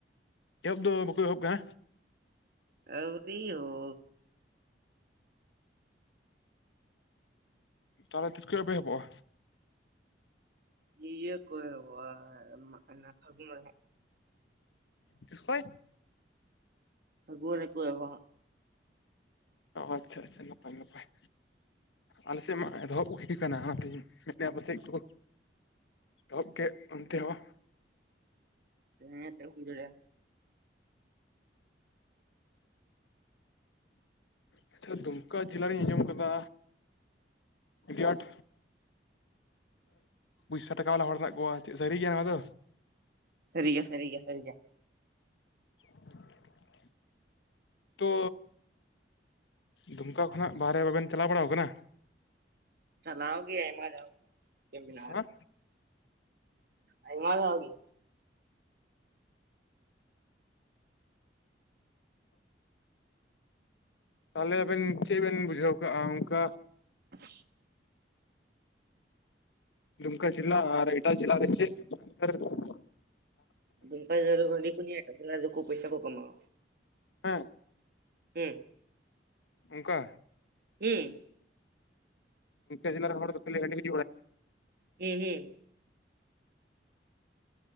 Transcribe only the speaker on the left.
ᱮᱦᱚᱵ ᱫᱚ ᱵᱟᱠᱚ ᱮᱦᱚᱵ ᱠᱟᱜ-ᱟ
ᱛᱟᱦᱚᱞᱮ ᱛᱤᱥ ᱠᱷᱚᱭ ᱯᱮ ᱮᱦᱚᱵᱚᱜ-ᱟ
ᱛᱤᱥ ᱠᱷᱚᱡ
ᱟᱪᱪᱷᱟ ᱟᱪᱪᱷᱟ ᱱᱟᱯᱟᱭ ᱱᱟᱯᱟᱭ ᱟᱞᱮ ᱥᱮᱫ ᱢᱟ ᱮᱛᱚᱦᱚᱵ ᱤᱫᱤ ᱟᱠᱟᱱᱟ ᱟᱯᱮ ᱱᱟᱥᱮᱭᱟ ᱟᱯᱮ ᱥᱮᱫ ᱠᱚ ᱮᱦᱚᱵ ᱠᱮᱫᱽ ᱚᱱᱛᱮ ᱦᱚᱸ
ᱟᱪᱪᱷᱟ ᱫᱩᱢᱠᱟ ᱡᱤᱞᱟ ᱨᱤᱧ ᱟᱸᱡᱚᱢ ᱟᱠᱟᱫᱟ ᱟᱹᱰᱤ ᱟᱴ ᱯᱩᱭᱥᱟᱹ ᱴᱟᱠᱟ ᱵᱟᱞᱟ ᱦᱚᱲ ᱦᱮᱱᱟᱜ ᱠᱚᱣᱟ ᱪᱮᱫ ᱥᱟᱹᱨᱤ ᱜᱮᱭᱟ ᱱᱚᱣᱟ ᱫᱚ
<inaudible> ᱛᱚ ᱫᱩᱢᱠᱟ ᱠᱷᱚᱱᱟᱜ ᱵᱟᱨᱦᱮ ᱵᱟᱵᱮᱱ ᱪᱟᱞᱟᱣ ᱵᱟᱲᱟᱣ ᱟᱠᱟᱱᱟ
ᱦᱮᱸ
ᱛᱟᱦᱚᱞᱮ ᱟᱵᱮᱱ ᱪᱮᱫ ᱵᱮᱱ ᱵᱩᱡᱷᱟᱹᱣ ᱠᱟᱜᱼᱟ ᱚᱝᱠᱟ
ᱫᱩᱢᱠᱟ ᱡᱤᱞᱟ ᱟᱨ ᱮᱴᱟᱜ ᱡᱤᱞᱟ ᱨᱮ ᱪᱮᱫ ᱯᱟᱨᱛᱷᱚᱠᱠᱚ
ᱦᱮᱸ <inaudible>
ᱚᱱᱠᱟ,
ᱫᱩᱢᱠᱟ ᱡᱤᱞᱟ ᱨᱮᱱ ᱦᱚᱲ ᱫᱚ <unintelligible>